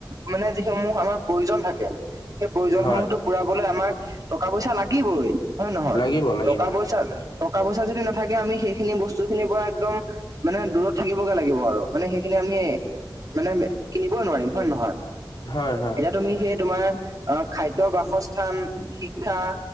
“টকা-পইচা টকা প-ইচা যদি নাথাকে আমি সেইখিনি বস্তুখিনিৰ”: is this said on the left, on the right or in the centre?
Right